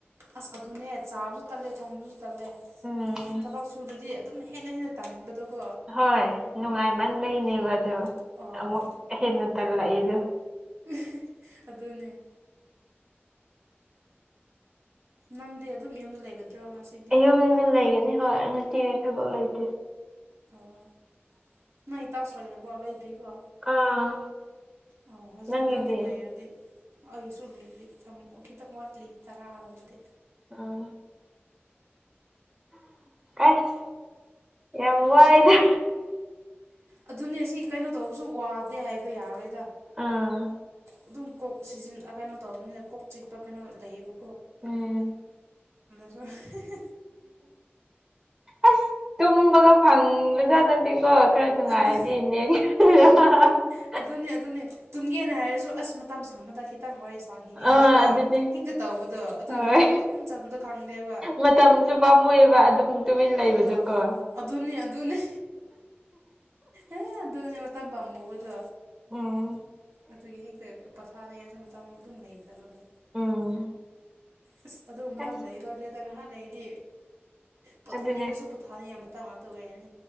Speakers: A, on the right (about 80°); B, on the right (about 20°).
A: ꯑꯁ ꯑꯗꯨꯅꯦ ꯆꯥꯕꯁꯨ ꯇꯜꯂꯦ ꯊꯣꯡꯕꯁꯨ ꯇꯜꯂꯦ
B: ꯎꯝ
A: ꯊꯕꯛ ꯁꯨꯗꯗꯤ ꯑꯗꯨꯝ ꯍꯦꯟꯅ ꯍꯦꯟꯅ ꯇꯝꯕꯗꯣꯀꯣ
B: ꯍꯣꯏ ꯅꯨꯡꯉꯥꯏꯃꯟꯕꯩꯅꯦꯕ ꯑꯗꯣ
A: ꯑꯣ
B: ꯑꯃꯨꯛ ꯍꯦꯟꯅ ꯇꯜꯂꯛꯏꯗꯣ
A: <unintelligible> ꯑꯗꯨꯅꯦ ꯅꯪꯗꯤ ꯑꯗꯨꯝ ꯌꯨꯝꯗ ꯂꯩꯒꯗ꯭ꯔꯣ ꯉꯁꯤ
B: ꯌꯨꯝꯗ ꯂꯩꯒꯅꯤ ꯍꯣꯏ ꯉꯁꯤꯗꯤ ꯊꯕꯛ ꯂꯩꯇꯦ
A: ꯑꯣ ꯅꯣꯏ ꯇꯥꯎꯁ ꯂꯣꯏꯔꯕꯣ ꯂꯣꯢꯗ꯭ꯔꯤꯀꯣ
B: ꯑꯥ
A: ꯑꯣ
B: ꯅꯪꯒꯤꯗꯤ
A: ꯍꯟꯗꯛꯇꯤ ꯂꯣꯢꯔꯗꯤ ꯑꯩꯁꯨ ꯂꯣꯏꯗ꯭ꯔꯤ ꯌꯥꯝ ꯈꯤꯇꯪ ꯋꯥꯠꯂꯤ ꯇꯔꯥꯒ ꯑꯃꯗꯤ
B: ꯑꯥ ꯑꯁ ꯌꯥꯝ ꯋꯥꯏꯗ
A: ꯑꯗꯨꯅꯦ ꯁꯤ ꯀꯩꯅꯣ ꯇꯧꯕꯁꯨ ꯋꯥꯗꯦ ꯍꯥꯏꯕ ꯌꯥꯔꯣꯏꯗ
B: ꯑꯥ
A: ꯑꯗꯨꯝ ꯀꯣꯛ ꯁꯤꯖꯤ ꯀꯩꯅꯣ ꯇꯧꯕꯅꯤꯅ ꯀꯣꯛ ꯆꯤꯛꯄ ꯀꯩꯅꯣ ꯂꯩꯌꯦꯕ
B: ꯎꯝ
A: <unintelligible>
B: ꯑꯁ ꯇꯨꯝꯕꯒ ꯐꯪꯗꯦ <unintelligible> ꯈꯔ ꯅꯨꯡꯉꯥꯏꯔꯗꯤ
A: ꯑꯗꯨ
B: ꯅ <unintelligible>
A: ꯑꯗꯨꯅꯦ ꯑꯗꯨꯅꯦ ꯇꯨꯝꯒꯦꯅ ꯍꯥꯏꯔꯁꯨ ꯑꯁ ꯃꯇꯝ ꯁꯪꯕ ꯈꯤ ꯈꯤꯇꯪ ꯋꯥꯔꯤ ꯁꯥꯈꯤꯒꯦ
B: ꯑꯥ
A: ꯍꯥꯏꯅꯀꯣ
B: ꯑꯗꯨꯅꯦ
A: ꯍꯦꯛꯇ ꯇꯧꯕꯗꯣ ꯑꯗꯨꯒꯤ
B: ꯍꯣꯏ
A: ꯃꯇꯝ ꯑꯗꯨꯝ ꯆꯠꯄꯗꯣ ꯈꯪꯗꯦꯕ
B: ꯃꯇꯝꯁꯨ ꯄꯥꯝꯃꯨꯏꯕ ꯑꯗꯨꯝ ꯇꯨꯃꯤꯟ ꯂꯩꯕꯗꯣꯀꯣ
A: ꯑꯥ ꯑꯗꯨꯅꯦ ꯑꯗꯨꯅꯤ ꯑꯦ ꯑꯗꯨꯅꯦ ꯃꯇꯝ ꯄꯥꯝꯃꯨꯕꯗꯣ
B: ꯎꯝ
A: ꯑꯗꯨꯒꯤ ꯍꯦꯛꯇ ꯄꯊꯥꯅꯤꯡꯉꯥꯁꯨ ꯃꯇꯥꯝ ꯑꯗꯨꯝ ꯂꯩꯇꯕꯗꯣ
B: ꯎꯝ
A: ꯑꯁ ꯑꯗꯨ ꯃꯇꯝ
B: ꯑꯁ
A: ꯂꯩꯒꯗꯧꯔꯦ ꯑꯗ ꯉꯥꯏꯍꯥꯛ ꯂꯩꯔꯗꯤ ꯄꯣꯊꯥꯅꯤꯡꯗꯁꯨ
B: ꯑꯗꯨꯅꯦ
A: ꯊꯥꯅꯤ ꯑꯃꯇ ꯉꯥꯛꯇ ꯑꯣꯏꯔꯅꯤ